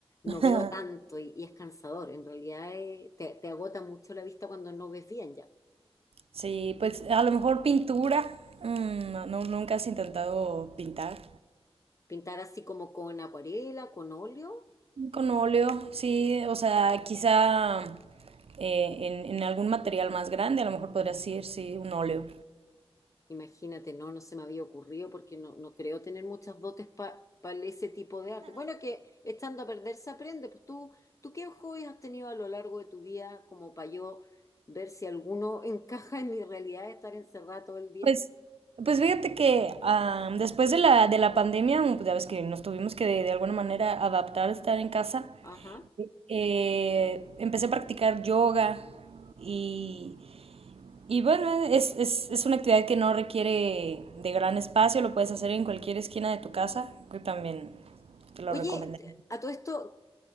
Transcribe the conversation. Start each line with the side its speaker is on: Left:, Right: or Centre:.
Right: <laughs>
Left: No veo tanto y, y es cansador, en realidad eh, te, te agota mucho la vista cuando no ves bien ya.
Right: Sí, pues a lo mejor pintura. Mm, no, no- nunca has intentado pintar
Left: Pintar así como con acuarela, con óleo,
Right: con óleo, sí, o sea, quizá eh, en, en algún material más grande, a lo mejor podrías ir, sí, un óleo.
Left: imagínate, no, no se me había ocurrido porque no, no creo tener muchas dotes para ese tipo de arte. Bueno, que estando a perder se aprende, pues tú, ¿tú qué hobbies has tenido a lo largo de tu vida como para yo ver si alguno encaja en mi realidad de estar encerrada todo el día?
Right: Pues, pues fíjate que ah, después de la, de la pandemia, mm, pues ya ves que nos tuvimos que de, de alguna manera adaptar a estar en casa,
Left: Ajá.
Right: eh, empecé a practicar yoga y Y bueno, es, es, es una actividad que no requiere de gran espacio, lo puedes hacer en cualquier esquina de tu casa, que también te lo
Left: Oye,
Right: recomendaría.
Left: te- a todo esto,